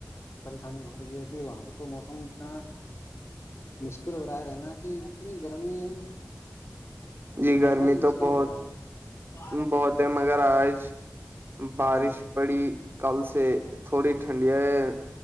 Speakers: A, on the left; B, on the right.
A: پریشانی ہو رہی ہے کہ وہاں پر تو موسم اتنا مشکل ہو رہا ہے رہنا کہ اتنی گرمی ہے
B: نہیں گرمی
A: رہنا ہی مشکل
B: تو بہت
A: ہو رہا ہے
B: بہت تہ مگر آج بارش
A: جی
B: پڑی کل سے تھوڑی ٹھنڈیا ہے